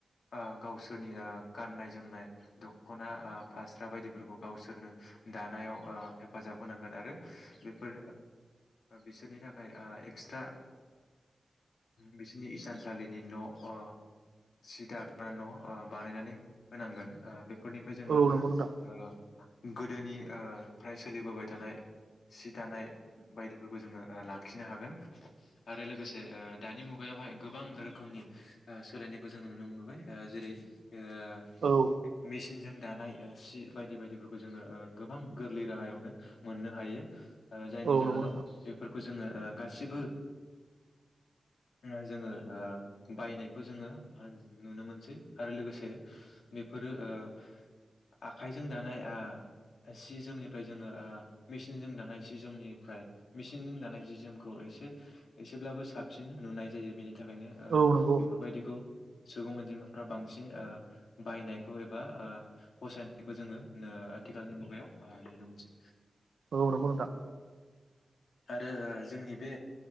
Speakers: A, on the left; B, on the right.
A: ओ गावसोरनि ओ गाननाय जोमनाय द खना ओ फास्रा बायदिफोरखौ गावसोरनो दानायाव ओ हेफाजाब होनांगोन आरो बेफोर बिसोरनि थाखाय ओ एक्सट्रा बिसोरनि इसानसालिनि न' अ सि दाग्रा न' ओ बानायनानै होनांगोन ओ बे फोरनिफाय जोङो
B: औ नंगौ नोंथां
A: ओ गो दोनि ओ फ्राय सोलिबोबाय थानाय सि दानाय बायदिफोरखौ जोङो ओ लाखिनो हागोन आरो लोगोसे ओ दानि मुगायावहाय गोबां रोखोमनि ओ सोलायनायखौ जोङो नुनो मोनबोनाय ओ जेरै ओ
B: औ
A: मेसिनजों दानाय ओ सि बायदि बायदिफोरखौ जोङो ओ गोबां गोरलै राहायावनो मोननो हायो ओ जायनि
B: औ
A: जाहोनाव
B: नंगौ नोंथां
A: बेफोरखौ जोङो ओ गासिबो ओ जोङो ओ बायनायखौ जोङो नुनो मोनसै आरो लोगोसे बेफोर रो ओ आखाइजों दानाय आ सि जोमनिफ्राय जोङो आ मेसिनजों दानाय सि जोमनिफ्राय मेसिनजों दानाय जि जोमखौ एसे एसेब्लाबो साबसिन नुनाय जायो बेनि थाखायनो ओ
B: औ नंगौ
A: बेफोरबायदिखौ सुबुं अनजिमाफ्रा बांसिन ओ बायनाय खौ एबा ओ फसायनायखौ जोङो ओ आथिखालनि मुगायाव ओ नुनो मोनसै।
B: औ नंगौ नोंथां।
A: ओ ओ जोंनि बे